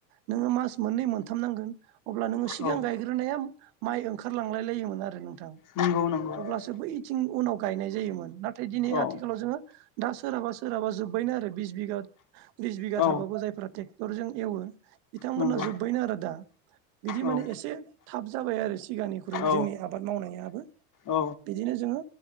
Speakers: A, on the right (about 60°); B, on the left (about 40°).
A: नोङो मास मोननै मोनथाम नांगोन। अब्ला नोङो सिगां
B: औ
A: गायग्रोनाया माइ ओंखार लांलाय लायोमोन। आरो नोंथां
B: नंगौ नंगौ
A: अब्लासो बैथिं उनाव गायनाय जायोमोन। नाथाय दिनै आथिखालाव
B: औ
A: जोङो दा सोरहाबा सोरहाबा जोब्बायनो आरो बिस बिगा बिस बिघा
B: औ
A: थाबाबो जायफ्रा टे टरजों एवो बिथांमोनहा
B: नंगौ
A: जोब्बायनो आरो दा। बिदि
B: औ
A: माने एसे थाब जाबाय आरो सिगांनिख्रुइ
B: औ
A: जोंनि आबाद मावनायाबो।
B: औ
A: बे दिनो जोङो